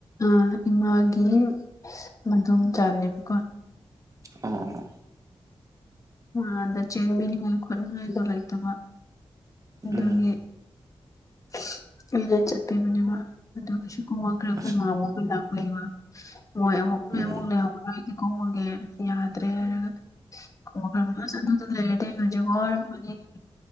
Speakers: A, on the left; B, on the right.
A: ꯑꯥ ꯏꯃꯥꯒꯤ ꯃꯗꯣꯝ ꯆꯥꯅꯦꯕꯀꯣ
B: ꯑꯥ ꯑꯥ ꯑꯥ
A: ꯃꯥꯟꯗ ꯆꯦꯟꯕꯤꯅꯤꯡꯉꯥꯏ ꯈꯣꯠꯅꯤꯡꯉꯥꯏꯗꯣ ꯂꯩꯇꯕ ꯑꯗꯨꯒꯤ
B: ꯎꯝ
A: <unintelligible> ꯑꯩꯅ ꯆꯠꯄꯤꯕꯅꯦꯕ ꯑꯗꯨꯒꯤꯁꯨꯀꯣ ꯋꯥ <unintelligible>
B: ꯑꯁ ꯎꯝ
A: ꯀꯨꯝꯃꯒꯦ ꯌꯥꯗ꯭ꯔꯦ ꯍꯥꯏꯔꯒ <unintelligible>